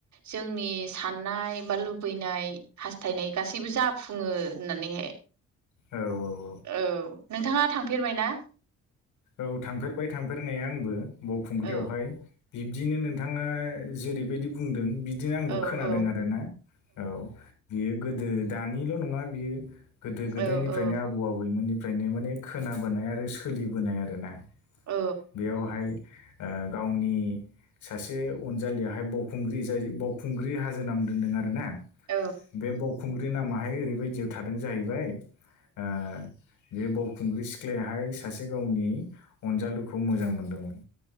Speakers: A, on the right (about 65°); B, on the left (about 80°).
A: जोंनि साननाय बा लुबैनाय हास्थायनाय गासैबो जाफुङो होननानैहाय
B: औ औ
A: औ नोंथाङा थांफेरबाय ना
B: औ थांफेरबाय थांफेरनाया आंबो बावखुंग्रियाव
A: औ
B: हाय बिब्दिनो नोंथाङा जेरैबायदि बुंदों बि बिदिनो आंबो
A: औ
B: खोनादों
A: औ
B: आरो ना औ बियो गोदो दानिल' नङा बियो गोदो गोदायनिफ्रायनो
A: औ औ
B: आबौ आबैमोननिफ्रायनो माने खोनाबोनाय आरो सोलिबोनाय आरो ना
A: औ
B: बेयावहाय ओ गावनि सासे अनजालियाहाय बावखुंग्रि जाय बावखुंग्रि हाजो नाम दोनदों आरो ना
A: औ
B: बे बावखुंग्रि नामाहाय ओरैबायदियाव थादों जाहैबाय ओ बे बावखुंग्रि सिख्लायाहाय सासे गावनि खौ मोजां मोनदोंमोन